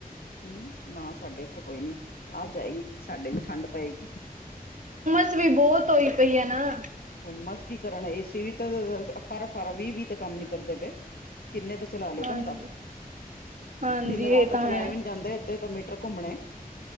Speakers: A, on the left; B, on the right.
A: ਹੂੰ, ਨਾ ਸਾਡੇ ਏਥੇ ਕੋਈ ਨੀ ਅੱਜ ਆਏਗੀ, ਸਾਡੇ ਵੀ ਠੰਡ ਪਏਗੀ।
B: ਗਰਮੀ ਬੋਤ ਹੋਈ ਪਈ ਏਨਾ।
A: ਹੁਮੱਸ ਕੀ ਕਰਨ ਏਸੀ ਵੀ ਤਾਂ ਅਅ ਅਠਾਰਾਂ-ਅਠਾਰਾਂ, ਵੀਹ- ਵੀਹ ਤੇ ਕੰਮ ਨੀ ਕਰਦੇ ਪਏ। ਕਿੰਨੇ ਦੇ ਚਲਾ ਲਏ ਬੰਦਾ।
B: ਹਾਂਜੀ ਹਾਂਜੀ
A: ਦਿਨ-ਰਾਤ
B: ਇਹ
A: ਤਾਂ ਚਲਾਏ
B: ਹੈ
A: ਵੀ ਨਈਂ ਜਾਂਦੇ ਏਦੇ ਤਾਂ ਮੀ ਟਰ ਘੁੰਮਣੇ।